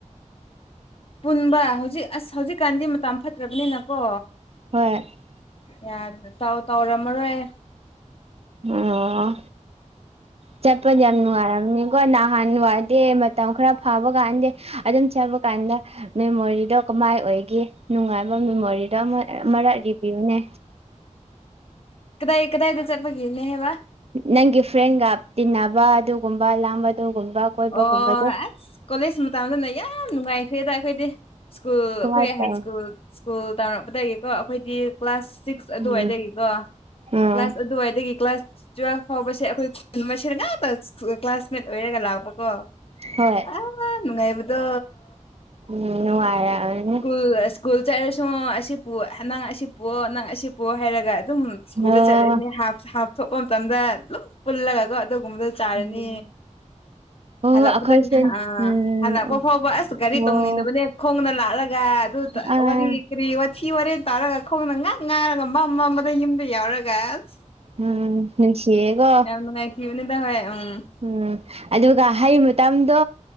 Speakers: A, on the left; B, on the right.
A: ꯄꯨꯟꯕ ꯍꯧꯖꯤꯛ ꯑꯁ ꯍꯧꯖꯤꯛꯀꯥꯟꯗꯤ ꯃꯇꯝ ꯐꯠꯇ꯭ꯔꯕꯅꯤꯅꯀꯣ
B: ꯍꯣꯏ
A: ꯌꯥꯗ꯭ꯔꯦ ꯇꯧ ꯇꯧꯔꯝꯃꯔꯣꯏꯍꯦ
B: ꯑꯣ ꯆꯠꯄꯗ ꯌꯥꯝ ꯅꯨꯡꯉꯥꯏꯔꯝꯅꯤꯀꯣ ꯅꯍꯥꯟ ꯋꯥꯏꯗꯤ ꯃꯇꯝ ꯈꯔ ꯐꯥꯕ ꯀꯥꯟꯗꯦ ꯑꯗꯨꯝ ꯆꯠꯄ ꯀꯥꯟꯗ ꯃꯦꯃꯣꯔꯤꯗꯣ ꯀꯃꯥꯏ ꯑꯣꯏꯒꯦ ꯅꯨꯡꯉꯥꯏꯕ ꯃꯦꯃꯣꯔꯤꯗꯣ ꯃꯔꯛ ꯔꯤꯕꯤꯌꯨꯅꯦ꯫
A: ꯀꯗꯥꯏ ꯀꯗꯥꯏꯗ ꯆꯠꯄꯒꯤꯅꯦꯕ
B: ꯅꯪꯒꯤ ꯐ꯭ꯔꯦꯟꯒ ꯇꯤꯟꯅꯕ ꯑꯗꯨꯒꯨꯝꯕ ꯂꯥꯡꯕ ꯑꯗꯨꯒꯨꯝꯕ ꯀꯣꯏꯕꯒꯨꯝꯕꯗꯣ
A: ꯑꯣ ꯑꯁ ꯀꯣꯂꯦꯖ ꯃꯇꯝꯗꯅ ꯌꯥꯝ ꯅꯨꯡꯉꯥꯏꯈ꯭ꯔꯦꯗ ꯑꯩꯈꯣꯏꯗꯤ ꯁ꯭ꯀꯨꯜ
B: ꯀꯃꯥꯏ
A: ꯑꯩꯈꯣꯏ
B: ꯇꯧ
A: ꯍꯥꯏ ꯁ꯭ꯀꯨꯜ ꯁ꯭ꯀꯨꯜ ꯇꯝꯃꯛꯄꯗꯒꯤꯀꯣ ꯑꯩꯈꯣꯏꯗꯤ꯫ ꯀ꯭ꯂꯥꯁ ꯁꯤꯛꯁ ꯑꯗꯨꯋꯥꯏꯗꯒꯤꯀꯣ
B: ꯎꯝ ꯑꯥ
A: ꯀ꯭ꯂꯥꯁ ꯑꯗꯨꯋꯥꯏꯗꯒꯤ ꯀ꯭ꯂꯥꯁ ꯇꯨꯋꯦꯜꯐ ꯐꯥꯎꯕꯁꯦ ꯑꯩꯈꯣꯏ ꯈꯨꯟ ꯃꯁꯦꯟ ꯉꯥꯛꯇꯥ ꯀ꯭ꯂꯥꯁꯃꯦꯠ ꯑꯣꯏꯔꯒ ꯂꯥꯛꯄꯀꯣ
B: ꯍꯣꯏ
A: ꯌꯥꯝ ꯅꯨꯡꯉꯥꯏꯕꯗꯣ
B: ꯎꯝ ꯅꯨꯡꯉꯥꯏꯔꯝꯒꯅꯤ
A: ꯁ꯭ꯀꯨꯜ ꯁ꯭ꯀꯨꯜ ꯆꯠꯔꯁꯨ ꯑꯁꯤꯄꯨ ꯅꯪ ꯑꯁꯤ ꯄꯣꯛꯑꯣ ꯅꯪ ꯑꯁꯤ ꯄꯣꯛꯑꯣ ꯍꯥꯏꯔꯒ ꯑꯗꯨꯝ ꯁ꯭ꯀꯨꯜꯗ
B: ꯑꯣ
A: ꯆꯠꯂꯅꯤ ꯍꯥꯞ ꯍꯥꯞꯊꯣꯛꯄ ꯃꯇꯝꯗ ꯂꯨꯝ ꯄꯨꯜꯂꯒꯒ ꯑꯗꯨꯒꯨꯝꯕꯗ ꯆꯥꯔꯅꯤ
B: ꯎꯝ ꯑꯣ
A: ꯍꯜꯂꯛꯄꯗ
B: ꯑꯩꯈꯣꯏꯁꯦ
A: ꯑ
B: ꯎꯝ
A: ꯍꯜꯂꯛꯄ ꯐꯥꯎꯕ ꯑꯁ
B: ꯑꯣ
A: ꯒꯥꯔꯤ ꯇꯧꯅꯤꯡꯗꯕꯅꯦ ꯈꯣꯡꯅ ꯂꯥꯛꯂꯒ ꯑꯗꯨ
B: ꯑꯥ
A: ꯋꯥꯔꯤ ꯀꯔꯤ ꯋꯥꯊꯤ ꯋꯥꯔꯦꯟ ꯇꯥꯔꯒ ꯈꯣꯡꯅ ꯉ ꯉꯥꯔꯒ ꯃꯝ ꯃꯝ ꯃꯝꯃꯒ ꯌꯨꯝꯗ ꯌꯥꯎꯔꯒ ꯑꯁ
B: ꯎꯝ ꯅꯨꯡꯁꯤꯌꯦꯀꯣ
A: ꯌꯥꯝ ꯅꯨꯡꯉꯥꯢꯈꯤꯕꯅꯤꯗ ꯍꯣꯢ ꯎꯝ
B: ꯎꯝ ꯑꯗꯨꯒ ꯍꯩ ꯃꯇꯝꯗꯣ